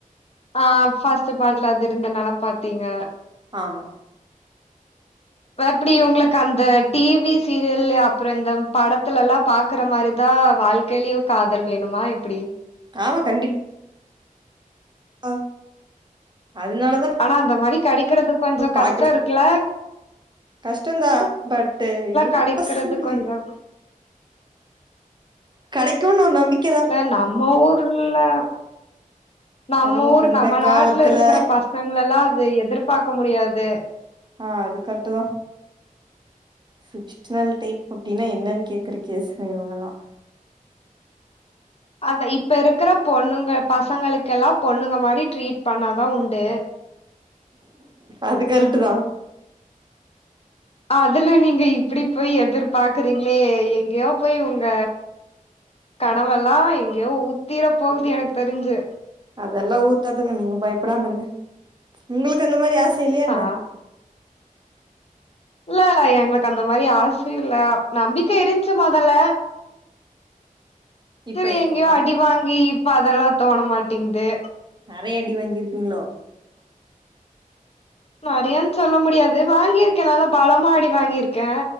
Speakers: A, on the left; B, on the right.
A: ஆ பஸ்ட்டு பார்ட்ல அது இருந்தனாலா பாத்தீங்க
B: ஆமா
A: இப்ப எப்டி உங்களுக்கு அந்த டி வி சீரியல் அப்பற இந்த படத்துலல்லா பாக்குற மாரிதா வாழ்க் கெளியவ் காதல் வேணுமா எப்டி
B: ஆமா கண்டிப் அ அதனாலதா
A: ஆனா அந்த மாரி கெடைக்கறது கொஞ்ச
B: நா பாக்கல
A: கஷ்ட இருக்குல
B: கஷ்டந்தா பட்டு இம்பசிபில்லி
A: கெடைக்கிறது கொஞ்சோ
B: கெடைக்கும்னு ஒரு நம்பிக்
A: இல்ல நம்ம ஊர்ல்லா நம்ம
B: அதுவு
A: ஊர்
B: இந்த
A: நம்ம
B: காலத்துல
A: நாட்டுல இருக்கிற பசங் இவங்கலெல்லா அது எதிர்பாக்க முடியாது
B: ஆ அது கரெக்டு தா சுச்னல் டைப் அப்டின்னா என்னன்னு கேக்குறக்க கேசுங்க இவங்கெல்லா
A: அத இப்ப இருக்கற பொண்ணுங்க பசங்களுக்கெல்லா பொண்ணுங்க மாரி ட்ரீட் பண்ணாதா உண்டு
B: அது கர்க்ட்டு தா
A: அதுல்லா நீங்க இப்டி போய் எதிர்பாக்றீங்ளே எங்கேயோ போய் உங்க கனவெல்லா எங்கேயோ ஊத்திர போகுது எனக்கு தெரிஞ்சு
B: அதெல்லா ஊத்தாதுங்க நீங்க பயப்படாம இருங்க உங்களுக்கு அந்த மாரி ஆசை இல்லையா
A: நா
B: என்ன
A: இல்ல எங்களுக்கு அந்த மாரி ஆசையு இல்ல நம்பிக்கை இருந்துச்சு முதல்ல
B: இப்ப
A: செரி
B: இல்லைங்களா
A: எங்யோ அடி வாங்கி இப்ப அதெல்லா தோண மாட்டிங்குது
B: நெறைய அடி வாங்கியிருப்பீங்ளோ
A: நெறையான் சொல்ல முடியாது வாங்கிக்கே நல்லா பலமா அடி வாங்கிருக்கே